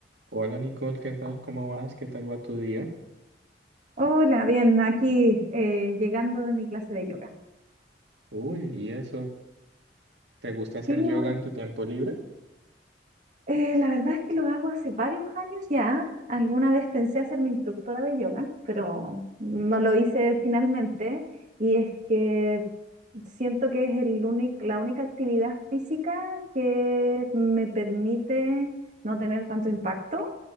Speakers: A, on the right (about 75°); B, on the right (about 45°).
A: Hola Nicole, ¿qué tal? ¿Cómo vas? ¿Qué tal va tu día?
B: Hola, bien, aquí eh, llegando de mi clase de yoga.
A: Uy, ¿y eso? ¿Te gusta hacer
B: Sí,
A: yoga
B: bueno,
A: en tu tiempo libre?
B: eh, la verdad es que lo hago hace varios años ya. Alguna vez pensé hacer mi instructora de yoga, pero no lo hice finalmente. Y es que siento que es el únic- la única actividad física que me permite no tener tanto impacto